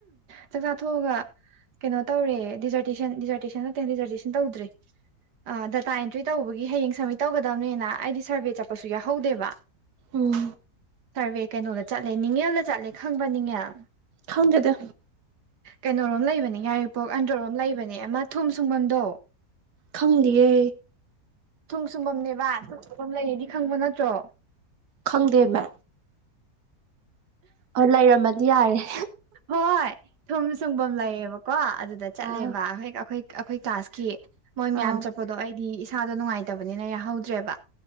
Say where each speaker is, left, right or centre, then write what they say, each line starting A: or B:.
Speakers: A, on the right; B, on the right.
A: ꯆꯥꯛ ꯆꯥꯊꯣꯛꯑꯒ꯫ ꯀꯩꯅꯣ ꯇꯧꯔꯦ ꯗꯤꯖꯔꯇꯦꯁꯟ ꯗꯤꯖꯥꯔꯇꯦꯁꯟ ꯅꯠꯇꯅ ꯗꯤꯖꯔꯇꯦꯁꯟ ꯇꯧꯗ꯭ꯔꯦ꯫ ꯑ ꯗꯇꯥ ꯑꯦꯟꯇ꯭ꯔꯤ ꯇꯧꯕꯒꯤ ꯍꯌꯦꯡ ꯁꯝꯃꯤꯠ ꯇꯧꯒꯗꯕꯅꯤꯅ ꯑꯩꯗꯤ ꯁꯔꯚꯦ ꯆꯠꯄꯁꯨ ꯌꯥꯎꯍꯧꯗꯦꯕ꯫
B: ꯎꯝ
A: ꯁꯥꯔꯚꯦ ꯀꯩꯅꯣꯗ ꯆꯠꯂꯦ ꯅꯤꯡꯉꯦꯜꯗ ꯆꯠꯂꯦ ꯈꯪꯕ ꯅꯤꯡꯉꯦꯜ
B: ꯈꯪꯗꯦꯗ꯫
A: ꯀꯩꯅꯣꯔꯣꯝ ꯂꯩꯕꯅꯦ ꯉꯔꯤꯄꯣꯛ ꯑꯟꯗ꯭ꯔꯔꯣꯝ ꯂꯩꯕꯅꯦ ꯑꯃ ꯊꯨꯝ ꯁꯨꯡꯕꯝꯗꯣ꯫
B: ꯈꯪꯗꯤꯌꯦ꯫
A: ꯊꯨꯝ ꯁꯨꯝꯐꯝꯅꯦꯕ ꯁꯨꯡ ꯁꯨꯝꯐꯝ ꯂꯩꯌꯦꯗꯤ ꯈꯪꯕ ꯅꯠꯇ꯭ꯔꯣ꯫
B: ꯈꯪꯗꯦꯕ ꯑꯣ ꯂꯩꯔꯝꯃꯗꯤ ꯌꯥꯏꯔꯦ꯫
A: ꯍꯣꯏ ꯊꯨꯝ ꯁꯨꯡꯐꯝ ꯂꯩꯌꯦꯕꯀꯣ ꯑꯗꯨꯗ ꯆꯠꯂꯦꯕ
B: ꯑꯥ
A: ꯑꯩꯈꯣꯏ ꯑꯩꯈꯣꯏ ꯀ꯭ꯂꯥꯁꯀꯤ ꯃꯣꯏ ꯃꯌꯥꯝ
B: ꯑꯥ
A: ꯆꯠꯄꯗꯣ ꯑꯩꯗꯤ ꯏꯁꯥꯗꯣ ꯅꯨꯡꯉꯥꯏꯇꯕꯅꯤꯅ ꯌꯥꯍꯧꯗ꯭ꯔꯦꯕ꯫